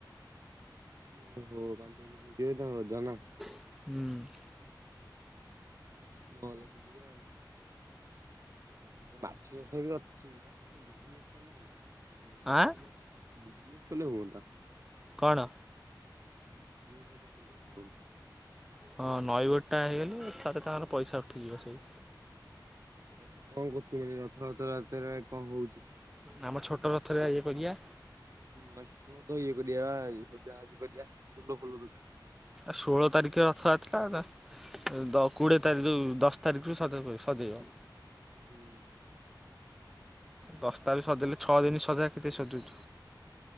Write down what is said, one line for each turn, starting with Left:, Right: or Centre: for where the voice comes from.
Right: ଓଃ ହୋ ପାଞ୍ଚ ବ <unintelligible> ହେଇଥିବ ରଜ ନା।
Centre: ହୁଁ।
Right: ନହେଲେ ସୁଜିବା ଆଉ। ମାଛ ଚାଷ ବି ଅଛି ନା ବିଜନେସ୍ କଲେ ହୁଅନ୍ତା। <unintelligible>
Centre: ଆଁ
Right: ବିଜନେସ୍ କଲେ ହୁଅନ୍ତା।
Centre: କଣ?
Right: ବିଜିନେସ୍ ଟା କଲେ ହୁଅ
Centre: ହଁ ନଈବଢି଼ ଟା ହେଇଗଲେ ଥରେ ତାଙ୍କର ପଇସା ଉଠିଯିବ ସବୁ।
Right: ଆଉ କଣ କରୁଚୁ ମାନେ ରଥଯାତରା ରେ କଣ ହଉଚ଼ି?
Centre: ନା ଆମ ଛୋଟ ରଥରେ ଇଏ କରିବା
Right: ହୁଁ ଷ୍ଟ ତ ଇଏ କରିବା ସଜାଜି କରିବା ସୁଲ ଫୁଲ ଦରକାର
Centre: ଆଉ ଷୋହଳ ତାରିଖ ରଥଯାତ୍ରା କୋଡିଏ ତାରିଖ ଦଶ ତାରିଖରୁ ସଜ ସଜେଇଯଉ
Right: ହୁଁ।
Centre: ଦଶ ତାରିଖ ସଜେଇଲେ ଛଅ ଦିନ ସଜା କେତେ ସଜୁଛୁ